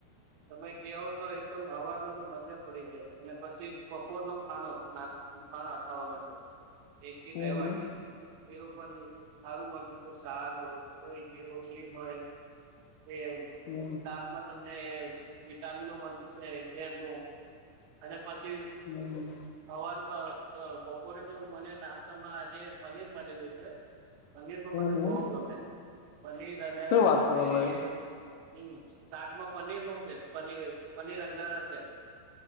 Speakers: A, on the right (about 80°); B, on the left (about 85°).
A: તમે કવો તો એકદમ હવામાં તો મજા પડી જાય અને પછી બપોર નો ખાનોો નાસ્ ખાના ખાવા માટે એક કે
B: હમ
A: બે વાગે એવું પણ સારું મળતું છે શક જોય કે રોટલી હોય કે
B: હમ
A: સાદમાં તમને વિટામિનો મળ છે ઘેરલું અને પછી
B: હમ હમ
A: હવાર બપોરે તો મને નાસ્તા માં આજે પનીર મળી ગય છે. પનીર તો મને
B: હમ
A: બહુ ગમે પનીર અને
B: શું વાત
A: પછી
B: કરો ભાઈ
A: હમ શાકમાં પનીર નું છે પનીર પનીર અંગારા છે